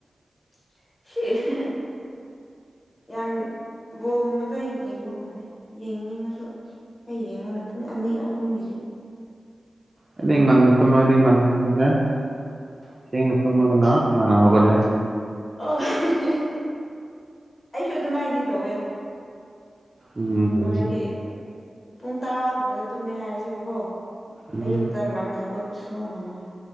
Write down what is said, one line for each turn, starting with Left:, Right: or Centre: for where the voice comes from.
Left: <unintelligible> ꯌꯥꯝ ꯕꯣꯜꯒꯨꯝꯕꯗꯣ ꯌꯦꯡꯕ ꯉꯝꯗꯦ ꯌꯦꯡꯅꯤꯡꯉꯁꯨ ꯑꯩ ꯌꯦꯡꯉꯣꯏ ꯄꯨꯡ ꯑꯅꯤ ꯑꯍꯨꯝꯒꯤꯗꯤ
Right: ꯑꯩꯗꯤ ꯉꯟꯅ ꯇꯨꯝꯃꯗꯤ ꯉꯟꯅ <unintelligible> ꯊ°ꯡꯅ ꯇꯨꯝꯃꯒꯅ ꯉꯟꯅ ꯍꯧꯒꯠꯂꯦ
Left: ꯑꯣ <unintelligible> ꯑꯩꯁꯨ ꯑꯗꯨꯃꯥꯏꯅꯗꯤ ꯇꯧꯋꯦ
Right: ꯎꯝ
Left: ꯅꯣꯢꯗꯤ ꯄꯨꯡ ꯇꯔꯥꯒꯨꯝꯕꯗ ꯇꯨꯝꯃꯦ ꯍꯥꯏꯔꯁꯦꯕꯀꯣ
Right: ꯎꯝ
Left: ꯑꯌꯨꯛꯇ ꯉꯟꯅ ꯍꯧꯒꯠ ꯄ ꯁꯨꯡꯉꯝ ꯉꯝꯃꯣꯏ